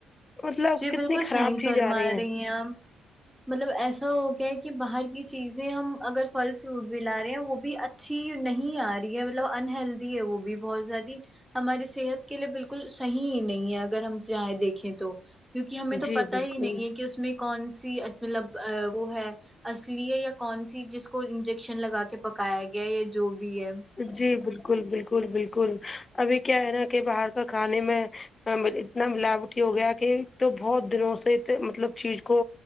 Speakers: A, on the left; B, in the centre.
A: مطلب
B: جی
A: کتنی
B: بالکل صحی
A: خراب چیز
B: فرما
A: آ ہے
B: رہی ہیں آپ مطلب ایسا ہو گیا کہ باہر کی چیزیں ہم اگر پھل فروٹ بھی لا رہے ہیں وہ بھی اچھی نہیں آ رہی ہے مطلب انہلدی ہے وہ بھی بہت زیادہ ہماری صحت کے لیے بالکل صحیح نہیں ہے اگر ہم جاہیں دیکھیں تو کیونکہ ہمیں تو
A: جی
B: پتا
A: بالکل
B: ہی نہیں ہے کہ اس میں کون سی مطلب وہ ہے اصلی ہے یا کون سی جس کو انجیکشن لگا کے پکایا گیا ہے یا جو بھی ہے
A: جی بالکل بالکل بالکل ابھی کیا ہے نا کہ باہر کا کھانے میں اتنا ملاوٹ ہو گیا کہ تو بہت دنوں سے مطلب چیز کو